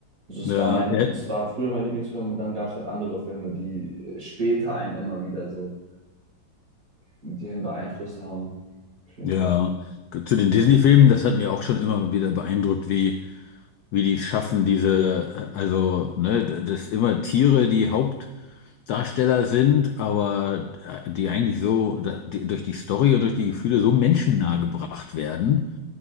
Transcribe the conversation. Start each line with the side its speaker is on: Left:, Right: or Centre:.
Right: Also es
Left: ja,
Right: war mein,
Left: er, hat-
Right: es war früher mein Lieblingsfilm und dann gab es halt andere Filme, die äh, später einen immer wieder so, die einen beeinflusst haben. Auf jeden
Left: ja,
Right: Fall.
Left: zu den Disney-Filmen, das hat mir auch schon immer wieder beeindruckt, wie, wie die es schaffen, diese, also, ne, das immer Tiere, die Hauptdarsteller sind, aber äh, die eigentlich so, da- die, durch die Story und durch die Gefühle so menschennah gebracht werden.